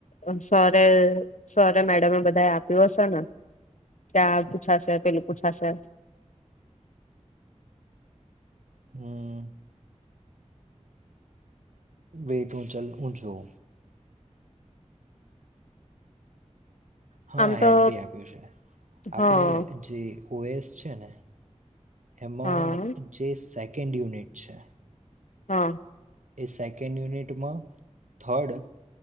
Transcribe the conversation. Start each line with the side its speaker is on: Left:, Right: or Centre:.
Left: ઓમ સરે એ સર મેડમે બધા આપ્યું હશે ને કે પૂછાશે પેલું પૂછાશે.
Right: હમ્મ. વેટ હું ચલ હું જોઉ. હા
Left: આમ
Right: આઈ
Left: તો
Right: એમ પી આપ્યું છે
Left: હા
Right: આપણેે જે ઓ એસ છે ને. એમાં
Left: હા
Right: જેે સેક એન્ડ યુનિટ છે.
Left: હા.
Right: એ સેકન્ડ યુનિટમાં થર્ડ